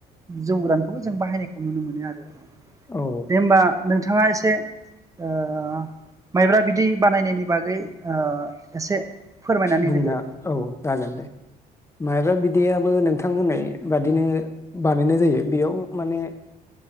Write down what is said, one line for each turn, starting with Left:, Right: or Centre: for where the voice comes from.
Right: जौ गोरानखौबो जों बाहायनायखौ नुनो मोनो आरो
Left: औ
Right: दे होमबा नोंथाङा ए से ओ माइब्रा बिदि बानायनायनि बागै ओ एसे फोरमायनानै
Left: बुंना
Right: होदो
Left: औ जागोन दे माइब्रा बिदियाबो नोंथां होननाय बादिनो बानायनाय जायो बेयाव माने